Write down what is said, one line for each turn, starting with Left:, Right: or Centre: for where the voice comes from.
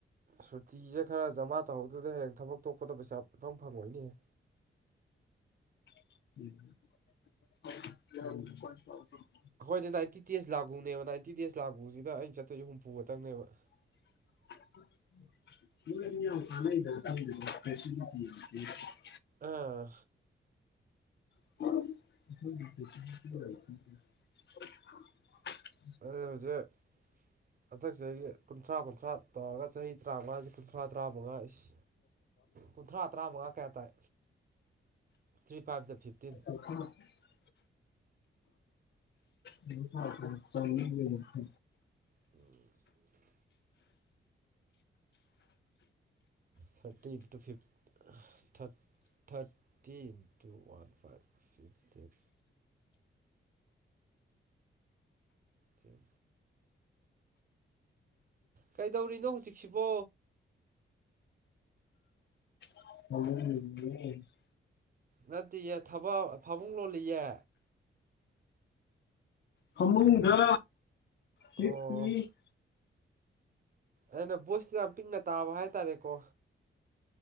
Right: ꯁꯨꯇꯤꯖꯦ ꯈꯔ ꯖꯃꯥ ꯇꯧꯍꯧꯗꯗ ꯍꯌꯦꯡ ꯊꯕꯛ ꯇꯣꯛꯄꯗ ꯄꯩꯁꯥ ꯄꯡꯐꯪ ꯐꯪꯉꯣꯏꯅꯦꯍꯦ
Left: <inaudible>
Right: ꯑꯩꯈꯣꯏꯗꯤ ꯅꯥꯏꯟꯇꯤ ꯗꯦꯖ ꯂꯥꯒꯨꯅꯦꯕ ꯅꯥꯏꯟꯇꯤ ꯗꯦꯖ ꯂꯥꯒꯨꯁꯤꯗ ꯑꯩꯩꯅ ꯆꯠꯇꯨꯏꯁꯦ ꯍꯨꯝꯐꯨ ꯈꯛꯇꯪꯅꯦꯕ
Left: <unintelligible> ꯐ <unintelligible>
Right: ꯑꯥ
Left: ꯎ <unintelligible>
Right: ꯑꯩ ꯍꯧꯖꯤꯛ ꯍꯟꯗꯛ ꯆꯍꯤꯒꯤ ꯀꯨꯟꯊ꯭ꯔꯥ ꯀꯨꯟꯊ꯭ꯔꯥ ꯇꯧꯔꯒ ꯆꯍꯤ ꯇꯔꯥꯃꯉꯥꯖꯦ ꯀꯨꯟꯊ꯭ꯔꯥ ꯇꯔꯥꯃꯉꯥ ꯏꯁ ꯀꯨꯟꯊ꯭ꯔꯥ ꯇꯔꯥꯃꯉꯥ ꯀꯌꯥ ꯇꯥꯏ ꯊ꯭ꯔꯤ ꯐꯥꯏꯚꯖ ꯐꯤꯞꯇꯤꯟ
Left: <unintelligible> ꯂꯤꯡ ꯊꯔꯛꯄꯅꯦ ꯆꯥꯝꯔꯤꯒ ꯅꯤꯝꯐꯨ
Right: ꯎꯝ ꯊꯥꯔꯇꯤ ꯏꯟꯇꯨ ꯐꯤꯞ ꯊꯠ thirty into one five fifteen ꯇꯤꯟ ꯀꯩꯗꯧꯔꯤꯅꯣ ꯍꯧꯖꯤꯛꯁꯤꯕꯣ
Left: <inaudible>
Right: ꯅꯠꯇꯤꯌꯦ ꯊꯕꯛ ꯐꯃꯨꯡ ꯂꯣꯜꯂꯤꯌꯦ
Left: ꯐꯃꯨꯡꯗ ꯍꯤꯞꯄꯤ
Right: ꯑꯣ ꯑꯩꯅ ꯚꯣꯏꯁ ꯁꯦ ꯌꯥꯝ ꯄꯤꯛꯅ ꯇꯥꯕ ꯍꯥꯏ ꯇꯥꯔꯦꯀꯣ